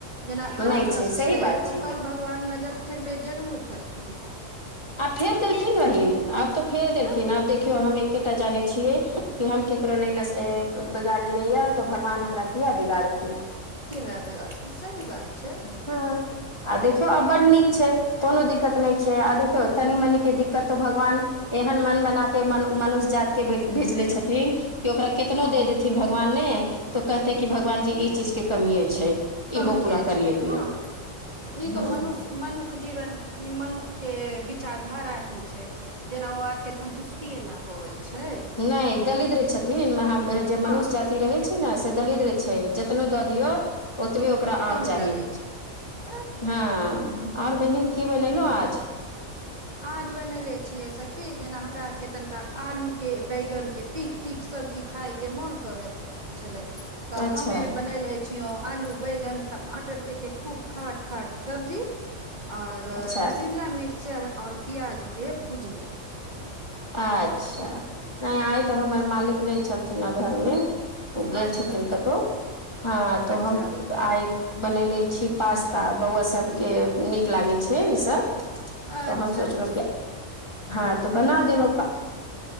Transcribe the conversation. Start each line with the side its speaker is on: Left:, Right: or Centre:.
Right: जेना आज
Left: नहि
Right: कष्ट
Left: सही
Right: छै
Left: बात
Right: तऽ ओ कल भगवान नजरि फेरबै जरूर करथिन।
Left: आ फेर देलखिन बहिन। आब तऽ फेर देलखिन,
Right: तऽ
Left: आब देखियौ हम एकेटा जानै छियै कि हम
Right: ह
Left: केकरो नहि नस बिगाड़लियै या तऽ भगवान हमरा किया बिगाड़थिन।
Right: किया बिगाड़थिन सही बात छै।
Left: हं आ देखियौ आ बड नीक छै कोनो दिकत नहि छै, आ देख तनी
Right: हँ
Left: मनी के दिक्कत त भगवान एहन मन बना के मन मनुष्य जाति के भेजले छथिन। कि ओकरा केतनो
Right: हँ
Left: दे देथिन भगवान ने तऽ कहतै कि भगवान जी ई चीजके कमिए छै।
Right: कमिये
Left: इहो पूरा करिये
Right: छै हँ
Left: दियौ
Right: ई
Left: हँ
Right: तऽ मनुष्य मनुख जीवन इ मनुख के विचारधारा ही छै। जेना ओ आर के संन्तुष्टि ना होवै छै।
Left: नै दरिद्र छ थीं महा जे मनुष्य
Right: हँ
Left: जाति रहै छै ने से दरिद्र छै जेतनो दऽ दियौ ओतबे ओकरा आर
Right: कम
Left: चाही।
Right: लगै छै तऽ
Left: हँ और बहिन की बनेलौं आज?
Right: आज बनैले छियै सखी जेना हमरा आरके तनिका आलूके बैगनके तीख तीख सब्जी खायके मोन करत छले तऽ
Left: अच्छा
Right: हममे बनेलै छिऔ आलू बैगन टमाटर देके खूब खाट खाट सब्जी और
Left: अच्छा
Right: शिमला मिर्च और प्याजके भुजिया।
Left: अच्छा नइ आइ तऽ हमर मालिक नहि छलथिन धर मे ओ गेल
Right: अच्छा
Left: छथिन कतहु हँ तऽ
Right: अच्छा
Left: हम आइ बनेले छी पास्ता बौआ सबके नीक लागे छै ई सब
Right: अच्छा
Left: तऽ हम सोचलहुं
Right: अच्छा
Left: कि हँ तऽ बना देेलौं त